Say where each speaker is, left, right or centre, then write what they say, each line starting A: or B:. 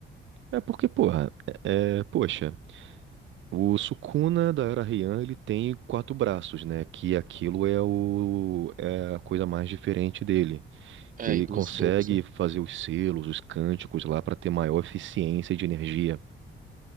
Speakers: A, on the right; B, on the right.
A: É porque, porra, é, poxa, o Sukuna da Era Heian, ele tem quatro braços, né? Que aquilo é, o, é a coisa mais diferente dele. Que
B: É,
A: ele
B: e duas
A: consegue
B: bocas, né?
A: fazer os selos, os cânticos lá para ter maior eficiência de energia.